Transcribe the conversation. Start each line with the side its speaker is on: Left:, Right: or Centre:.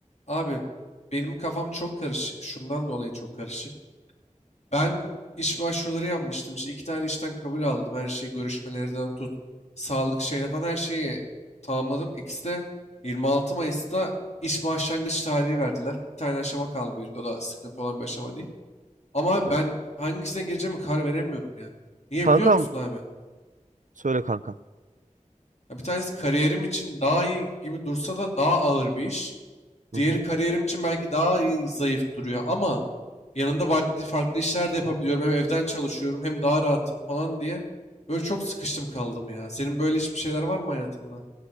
Left: Abi benim kafam çok karışık. Şundan dolayı çok karışık. Ben iş başvuruları yapmıştım. İşte iki tane işten kabul aldım. Her şeyi görüşmelerden tut. Sağlık şeyine falan her şeyi tamamladım. İkisi de 26 Mayıs'ta iş başlangıç tarihi verdiler. Bir tane aşama kaldı birinde. O da sıkıntı olan bir aşama değil. Ama abi
Right: Evet.
Left: ben hangisine gireceğimi karar veremiyorum ya. Niye
Right: Kankam
Left: biliyor musun abi?
Right: söyle kankam.
Left: Ya bir tanesi kariyerim için daha iyi gibi dursa da daha ağır bir iş.
Right: Hı
Left: Diğeri
Right: hı.
Left: kariyerim için belki daha iyi, zayıf duruyor ama yanında farklı, farklı işler de yapabiliyorum. Hem evden çalışıyorum hem daha rahatım falan diye. Böyle çok sıkıştım kaldım ya. Senin böyle hiçbir şeyler var mı hayatında?